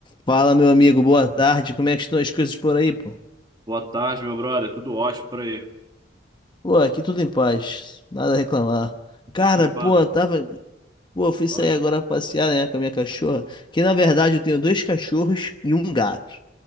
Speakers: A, on the left; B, on the right.
A: Fala, meu amigo, boa tarde. Como é que estão as coisas por aí, pô?
B: Boa tarde, meu brother. Tudo ótimo por aí. O
A: Pô, aqui tudo em paz, nada a reclamar.
B: que
A: Cara,
B: que tu me manda?
A: pô, tava. Pô, eu fui
B: Fala
A: sair
B: aí.
A: agora pra passear, né, com a minha cachorra. Que na verdade eu tenho dois cachorros e um gato.